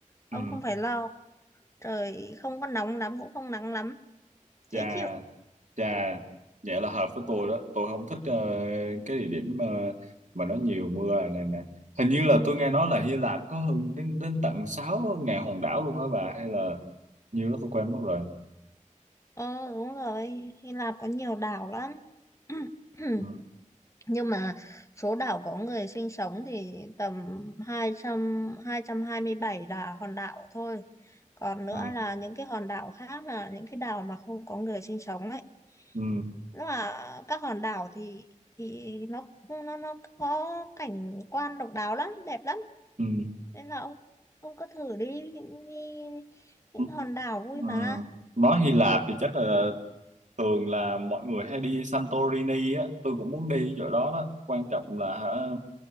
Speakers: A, on the left (about 20°); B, on the right (about 65°).
A: Ông
B: Ừ.
A: không phải lo, trời không có nóng lắm cũng không nắng lắm, dễ
B: Dạ.
A: chịu.
B: Chà, vậy là hợp với
A: Ờ
B: tôi đó. Tôi không thích ờ, cái địa điểm mà mà nó nhiều mưa này nè. Hình như là tôi nghe nói là Hy Lạp có hơn đến đến tận 6 ngàn hòn đảo luôn hả bà? Hay là nhiều đó tôi quên mất rồi.
A: ờ, đúng rồi, Hy Lạp có nhiều đảo lắm. <clears throat>
B: Ừ,
A: nhưng mà số đảo có người sinh sống thì tầm 200 227 là hòn đảo thôi còn nữa
B: ừ,
A: là những cái hòn đảo khác là những cái đảo mà không có người sinh sống ấy
B: ừ,
A: nó là các hòn đảo thì thì nó nó nó có cảnh quan độc đáo lắm đẹp lắm
B: ừ,
A: nên là ông ông cứ thử đi, đi đi. những
B: ừ,
A: hòn đảo vui
B: ừ.
A: mà
B: Nói Hy Lạp thì chắc là thường là mọi người hay đi Santorini á. Tôi cũng muốn đi chỗ đó đó. Quan trọng là hả,